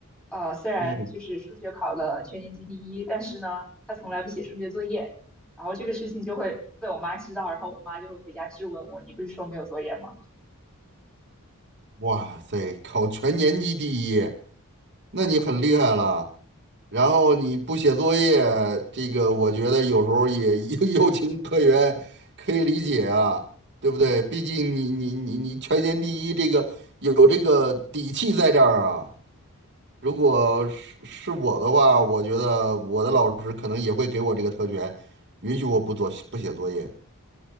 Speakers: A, in the centre; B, on the right (about 50°).
A: 呃，虽然就是数学考了全年级第一，
B: 嗯。
A: 但是呢，他从来不写数学作业。然后这个事情就会被我妈知道，然后我妈就会回家质问我，你不是说没有作业吗？
B: 哇塞，考全年级第一，那你很厉害了。然后你不写作业，这个我觉得有时候也 <laughs> 有有情可原，可以理解啊，对不对？毕竟你你你你全年第一，这个有这个底气在这儿啊。如果是是我的话，我觉得我的老师可能也会给我这个特权，允许我不做不写作业。